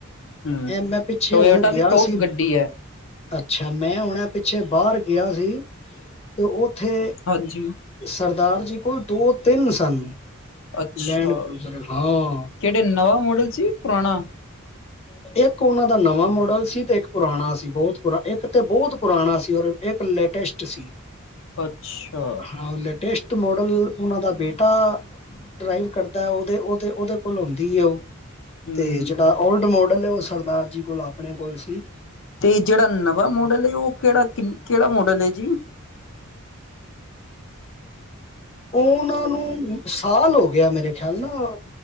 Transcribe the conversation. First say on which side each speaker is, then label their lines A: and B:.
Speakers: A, on the left; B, on the left.
A: ਹੂੰ
B: ਇਹ ਮੈਂ ਪਿੱਛੇ
A: ਟੋਇਟਾ
B: ਹੁਣ ਗਿਆ
A: ਦੀ ਟੋਪ
B: ਸੀ
A: ਗੱਡੀ ਹੈ
B: ਅੱਛਾ ਮੈਂ ਹੁਣਾ ਪਿੱਛੇ ਬਾਹਰ ਗਿਆ ਸੀ ਤੇ ਉੱਥੇ
A: ਹਾਂਜੀ
B: ਸਰਦਾਰ ਜੀ ਕੋਲ ਦੋ ਤਿੰਨ ਸਨ
A: ਅੱਛਾ,
B: ਲੈਂਡ ਕਰੂਜ਼ਰ ਹਾਂ
A: ਕਿਹੜੇ ਨਵਾਂ ਮੋਡਲ ਸੀ ਪੁਰਾਣਾ?
B: ਇੱਕ ਉਹਨਾਂ ਦਾ ਨਵਾਂ ਮੋਡਲ ਸੀ ਤੇ ਇੱਕ ਪੁਰਾਣਾ ਸੀ ਬਹੁਤ ਪੁਰਾ ਇੱਕ ਤੇ ਬਹੁਤ ਪੁਰਾਣਾ ਸੀ ਔਰ। ਇੱਕ ਲੈਟੈਸਟ ਸੀ
A: ਅੱਛਾ
B: ਹਾਂ ਉਹ ਲ। ਟੈਸਟ ਮੋਡਲ ਉਹਨਾਂ ਦਾ ਬੇਟਾ। ਡਰਾਈਵ ਕਰਦਾ ਉਹਦੇ ਉਹਦੇ ਉਹਦੇ ਕੋਲ ਆਉਂਦੀ ਹੈ ਉਹ
A: ਹੂੰ
B: ਤੇ ਜਿਹੜਾ ਓਲਡ ਮੋਡਲ ਹੈ ਉਹ ਸਰਦਾਰ ਜੀ ਕੋਲ ਆਪਣੇ ਕੋਲ ਸੀ
A: ਤੇ ਜਿਹੜਾ ਨਵਾਂ ਮਾਡਲ ਹੈ ਉਹ ਕਿਹੜਾ ਕਿ ਕਿਹੜਾ ਮਾਡਲ ਹੈ ਜੀ
B: ਉਹਨਾਂ ਨੂੰ ਸਾਲ ਹੋ ਗਿਆ ਮੇਰੇ ਖਿਆਲ ਨਾ